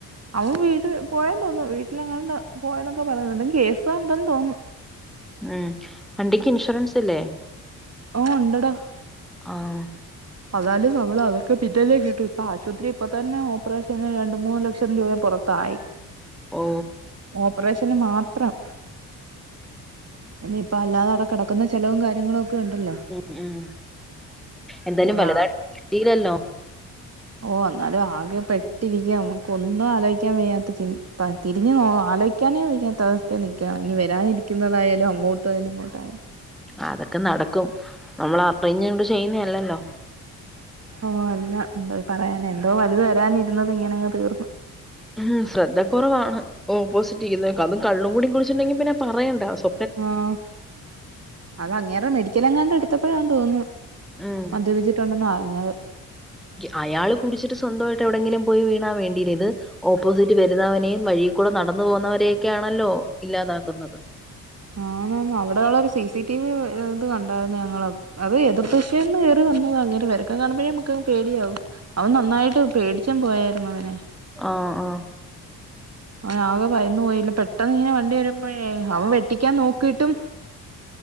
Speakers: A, on the right; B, in the centre.
A: അവൻ വീട്ടിൽ പോയ തോന്നുന്നു വീട്ടിലെങ്ങാണ്ട് പോയെന്നൊക്കെ പറയുന്നുണ്ട് കേസാണ്ടെന്നു തോന്നുന്നു
B: ഉം വണ്ടിക്ക് ഇൻഷുറൻസ് ഇല്ലേ
A: ഓ ഉണ്ടടാ
B: ആഹ്
A: അതാലും മ്മള് അതൊക്കെ പിറ്റേന്ന് കിട്ടും ഇപ്പ ആശുപത്രി ഇപ്പ തന്നെ ഓപ്പറേഷന് രണ്ട് മൂന്ന് ലക്ഷം രൂപ പുറ ത്തായി
B: ഓ
A: ഓപ്പറേഷന് മാത്രം എനി പ്പ അല്ലാതെയവിടെ കിടക്കുന്ന ചെലവും കാര്യങ്ങളും ഒക്കെ ഉണ്ടല്ലോ
B: ഉം ഉം എന്തായാലും
A: അങ്ങനെ
B: വലുതായിട്ട് കിട്ടിലല്ലോ
A: ഓഹ് എന്നാലും ആകെ പെട്ടിരിക്ക നമുക്ക് ഒന്നും ആലോയ്ക്കാൻ വയ്യാ തി ചിൻ ത തിരിഞ്ഞു ആലോയ്ക്കാനേ വയ്യാത്ത അവസ്ഥയില് നിൽക്ക ഇനി വരാനിരിക്കുന്നതായാലും അങ്ങോ തൊഴിലിങ്ങോട്ടായ
B: അതൊക്കെ നടക്കും നമ്മള് അറിഞ്ഞോണ്ട് ചെയ്യുന്നല്ലല്ലോ
A: ഓഹ് അല്ല എന്താ പറയാനെ എന്തോ വലുത് വരാനിരുന്നത് ഇങ്ങനെ അങ്ങ് തീർന്നു
B: ഉം ശ്രദ്ധ കുറവാണ് ഓപ്പോസിറ്റ്നിക്കുന്നെ അത കള്ളും കൂടി കുടിച്ചുണ്ടെങ്കി പിന്നെ പറയേണ്ട സ്
A: ആഹ് അതങ്ങേരെ മെഡിക്കലെങ്ങാണ്ട് എടുത്തപ്പോഴാ തോന്നുന്നു
B: ഉം
A: മദ്യപിച്ചിട്ടുണ്ടെന്നറിഞ്ഞത്
B: അയാള് കുടിച്ചിട്ട് സ്വന്തമായിട്ട് എവിടെങ്കിലും പോയി വീണാല് വേണ്ടിയില്ല ഇത് ഓപ്പോസിറ്റ് വരുന്നവനെയും വഴിക്കൂടെ നടന്നു പോകുന്നവരെയൊക്കെയാണല്ലോ ഇല്ലാതാക്കുന്നത്
A: ആന്ന്ന്ന് അവിടെള്ള ഒരു സിസി ടി വി ഇത് കണ്ടായിരുന്നു ഞങ്ങള് അത് എതിർ ദിശേന്നു കേറി വന്നതാത് അങ്ങേരെ വെരുത്തം കാണുമ്പോഴേ നമുക്കങ് പേടിയാവും അവൻ നന്നായിട്ട് പേടിച്ചും പോയായിരുന്നു അനെ
B: ആഹ് ആഹ്
A: അവനാകെ ഭയന്ന് പോയില്ല പെട്ടെന്നിങ്ങനെ വണ്ടി വരുമ്പോഴെ അവൻ വെ ട്ടിക്കാൻ നോക്കിട്ടും